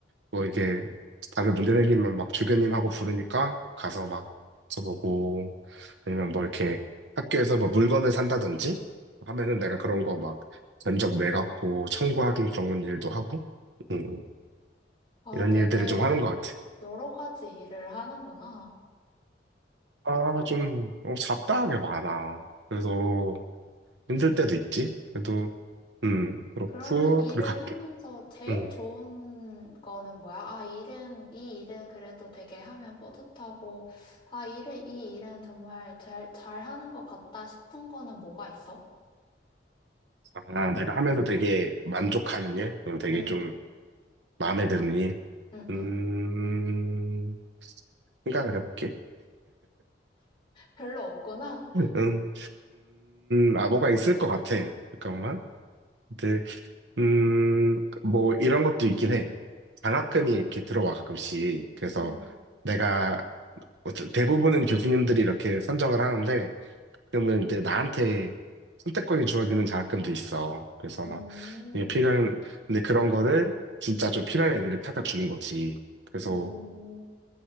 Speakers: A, on the right; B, on the left.
A: 뭐 이게 다들 문제생기면 막 주교님하고 부르니까 가서 막 써보고 아니면 뭐 이렇게 학교에서 뭐 물건을 산다든지 하면은 내가 그런 거 막 견적 내갖고 청구하는 그런 일도 하고 음,
B: 아,
A: 이런
B: 되게
A: 일들을 좀 하는 것 같아.
B: 여러 가지 일을 하는구나.
A: 아, 좀 어, 잡다하게 많아. 그래서 힘들 때도 있지. 그래도 음 그렇고
B: 그러면 일을
A: 그리고 각,
B: 하면서 제일
A: 음,
B: 좋은 거는 뭐야? 아, 일은, 이 일은 그래도 되게 하면 뿌듯하고, 아, 일을, 이 일은 정말 잘, 잘 하는 것 같다 싶은 거는 뭐가 있어?
A: 아, 내가 하면서 되게 만족하는 일, 그리고 되게
B: 응,
A: 좀 마음에 드는 일.
B: 응,
A: 음,
B: 응.
A: 생각을 해볼게.
B: 별로 없구나?
A: 음, 음, 아, 뭐가 있을 것 같아. 잠깐만. 근데, 음, 뭐, 이런 것도 있긴 해. 장학금이 이렇게 들어와, 가끔씩. 그래서
B: 응,
A: 내가, 뭐 대- 대부분은 교수님들이 이렇게 선정을 하는데, 그러면 이제 나한테 선택권이 주어지는 장학금도 있어. 그래서
B: 음,
A: 막, 이게 필요한, 근데 그런 거를 진짜 좀 필요한 애들을 찾아 주는 거지. 그래서
B: 음,